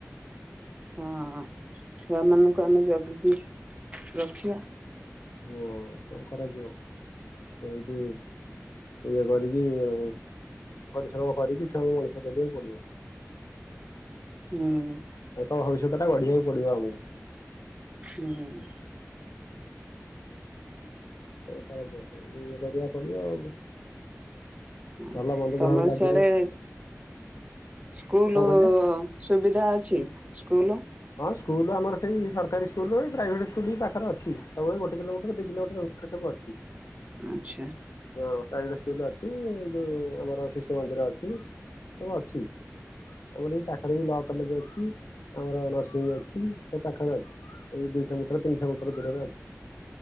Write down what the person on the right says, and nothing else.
ହଁ ଛୁଆ ମାନଙ୍କୁ ଆମେ ଜଗି ରଖିବା।
ହୁଁ
ହୁଁ
ହଁ
ତମର
ସିଆଡେ
ସ୍କୁଲ
ସୁବିଧା ଅଛି ସ୍କୁଲ
ଆଚ୍ଛା